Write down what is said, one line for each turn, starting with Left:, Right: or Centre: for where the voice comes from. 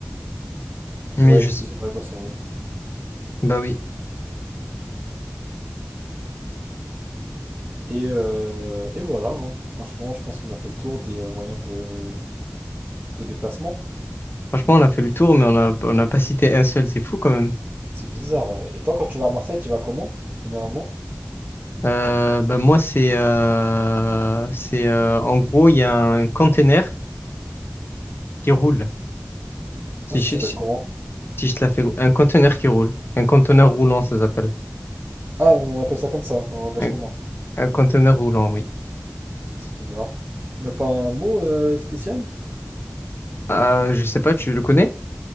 Left: Mais
Right: Ouais,
Left: je sais,
Right: c'est vrai, bah ça aide.
Left: bah oui.
Right: Et, euh, et voilà, hein. Franchement, je pense qu'on a fait le tour des euh, moyens de, de déplacement.
Left: Franchement, on a fait le tour, mais on a, on n'a pas cité un seul, c'est fou quand même.
Right: C'est bizarre, ouais. Et toi, quand tu vas à Marseille, tu vas comment, généralement?
Left: Euh, ben moi, c'est euh, c'est euh, en gros, il y a un conteneur qui roule. Si
Right: Ah, ça
Left: je,
Right: s'appelle
Left: si,
Right: comment?
Left: si je te la fais, gros. un conteneur qui roule, un conteneur roulant, ça s'appelle.
Right: Ah, on appelle ça comme ça, dans le langage
Left: Un,
Right: commun.
Left: un conteneur roulant, oui.
Right: C'est bizarre. Y a pas un mot euh, spécial?
Left: Euh, je sais pas, tu le connais?